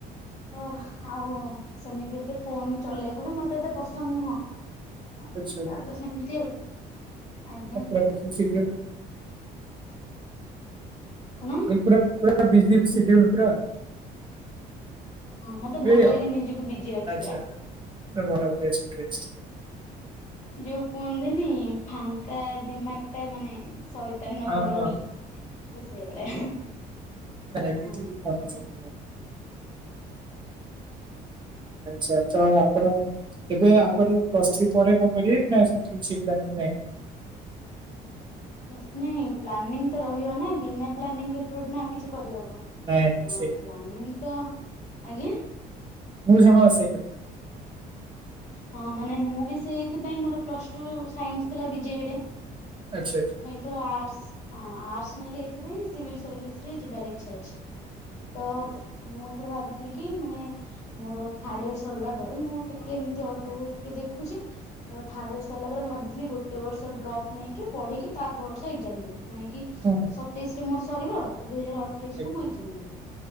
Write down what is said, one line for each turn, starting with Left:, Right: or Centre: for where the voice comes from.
Left: ତ ଆଉ ସେମିତି ଏତେ ଫୋନ ଚଲେଇବାକୁ ବି ମତେ ଏତେ ପସନ୍ଦ ନୁହଁ। ଆଉ
Right: ଆଚ୍ଛା ଆଚ୍ଛା
Left: ତାପରେ ସେମିତି ଆଉ। ଆଜ୍ଞା
Right: <inaudible>
Left: କଣ?
Right: କହିଲି ପୁରା ପୁରା ବିଜିି ସିଡ୍ୟୁଲ ପୁରା।
Left: ହଁ ମତେ
Right: ଏଇ
Left: ଭଲ ଲାଗେ
Right: ଆଉ
Left: ନିଜକୁ ବିଜି ରଖିବା।
Right: ଆଚ୍ଛା ପୁରା ଭଲ ବେଷ୍ଟ ବେଷ୍ଟ
Left: ଯୋଉ କୁହନ୍ତିନି ଫାଙ୍କା ଦିମାଗ ଟା ମାନେ ସଇ ମାନର
Right: ହଁ
Left: ଘର
Right: ହଁ
Left: ବୋଲି ତ ସେଇଭଳିଆ।
Right: <inaudible> ବି
Left: ହୁଁ।
Right: ଭଲ ସବୁଠୁ ଭଲ। ଆଛା ତ ଆପଣ ଏବେ ଆ ପରେ ପ୍ଲସ୍ ଥ୍ରି ପରେ କଣ କରିବେ କି ନା ସେମିତି କିଛି ପ୍ଲାନିଂ ନାହିଁ?
Left: ପ୍ଲସ୍ ନାଇଁ ପ୍ଲାନିଂ ତ ରହିବ ନା ବିନା ପ୍ଲାନିଂରେ ଥୋଡ଼ିନା କିଛି କରିହବ?
Right: ନାଇଁ ନାଇଁ
Left: ଆଁ
Right: ସେଇ
Left: ପ୍ଲାନିଂ ତ ଆଜ୍ଞା?
Right: ମୁଁ ସାଙ୍ଗ ସେଇ କଥା।
Left: ହଁ ମାନେ ମୁଁ ବି ସେଇଥିପାଇଁ ମୋର ପ୍ଲସ୍ ଟୁ ସାଇନ୍ସ ଥିଲା ବିଜେପି ରେ।
Right: ଆଚ୍ଛା ଆଚ୍ଛା।
Left: ଧର ଆର୍ଟସ ହଁ ଆର୍ଟ୍ସସ ନେଲି ଏଇଥି ପାଇଁ ସିଭିଲ୍ ସର୍ଭିସ ରେ ଯିବାର ଇଚ୍ଛା ଅଛି। ତ
Right: ଆଜ୍ଞା
Left: ମୁଁ ଏଥର ଭାବିଥିଲି କି ମାନେ ମୋର ଥାର୍ଡ ଇୟର ସରିଲା ପରେ ମୁଁ ଟିକେ ଏମିତି ଅଳ୍ପ
Right: ଆଜ୍ଞା
Left: ବହୁତ ଟିକେ ଦେଖୁଚି। ତ ଥାର୍ଡ ଇୟର ସରିଲା ପରେ ଭାବିଥିଲି ଗୋଟେ ବର୍ଷ ଡ୍ରପ୍ ନେଇକି ପଢିକି ତାପ ବର୍ଷ ଏକ୍ଜାମ ଦେବି ମାନେ କି
Right: ହଁ ହଁ।
Left: ତେଇଶରେ ମୋର ସରିବ ତ ଦୁଇ ହଜାର ଅଠେଇଶ
Right: ଆଜ୍ଞା
Left: କୁ ମୁଁ ଏକ୍ଜାମ୍ ଦେବି